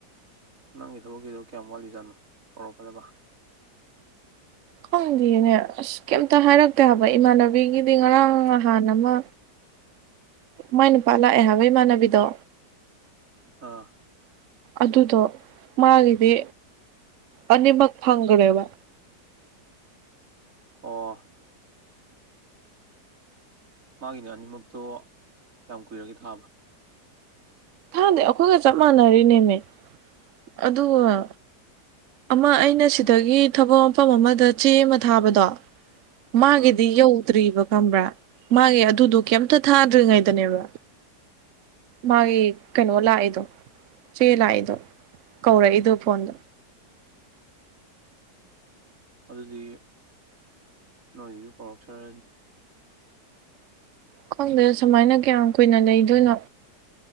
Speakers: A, on the right (about 50°); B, on the right (about 65°).
A: ꯅꯪꯒꯤ ꯊꯕꯛꯀꯤꯗꯣ ꯀꯌꯥꯝ ꯋꯥꯠꯂꯤꯖꯥꯠꯅꯣ ꯀꯧꯔꯛꯀꯗꯕ꯫
B: ꯈꯪꯗꯦꯅꯦ ꯑꯁ ꯀꯩꯝꯇ ꯍꯥꯏꯔꯛꯇꯦ ꯍꯥꯏꯕ ꯏꯃꯥꯟꯅꯕꯤꯒꯤꯗꯤ ꯉꯔꯥꯡ ꯉꯍꯥꯟ ꯑꯃ ꯃꯥꯏ ꯅꯨꯄꯥ ꯂꯥꯛꯑꯦ ꯍꯥꯏꯕ ꯏꯃꯥꯟꯅꯕꯤꯗꯣ꯫
A: ꯑꯥ꯫
B: ꯑꯗꯨꯗꯣ ꯃꯥꯒꯤꯗꯤ ꯑꯅꯤꯃꯛ ꯐꯪꯒꯔꯦꯕ
A: ꯑꯣ꯫ ꯃꯥꯒꯤꯅ ꯑꯅꯤꯃꯛꯇꯣ ꯀꯌꯥꯝ ꯀꯨꯏꯔꯒꯦ ꯊꯥꯕ꯫
B: ꯊꯥꯏꯟꯗꯤ ꯑꯩꯈꯣꯏꯒ ꯆꯞ ꯃꯥꯟꯅꯔꯤꯅꯦꯃꯤ ꯑꯗꯨꯒ ꯑꯃ ꯑꯩꯅ ꯁꯤꯗꯒꯤ ꯊꯕꯛ ꯃꯐꯝ ꯑꯃꯗ ꯆꯦ ꯑꯃ ꯊꯥꯕꯗꯣ ꯃꯥꯒꯤꯗꯤ
A: ꯑꯥ
B: ꯌꯧ ꯇ꯭ꯔꯤꯕ ꯈꯪꯕ꯭ꯔꯥ ꯃꯥꯒꯤ ꯑꯗꯨꯗꯣ ꯀꯩꯝꯇ ꯊꯥꯗ꯭ꯔꯤꯉꯩꯗꯅꯦꯕ ꯃꯥꯒꯤ ꯀꯩꯅꯣ ꯂꯥꯛꯏꯗꯣ ꯆꯦ ꯂꯥꯛꯏꯗꯣ ꯀꯧꯔꯛꯏꯗꯣ ꯐꯣꯟꯗ
A: ꯑꯗꯨꯗꯤ ꯅꯣꯏꯒꯤꯁꯨ ꯀꯧꯔꯛꯆꯔꯅꯤ꯫
B: ꯈꯪꯗꯦꯗ ꯁꯨꯃꯥꯏꯅ ꯀꯌꯥꯝ ꯀꯨꯏꯅ ꯂꯩꯗꯣꯏꯅꯣ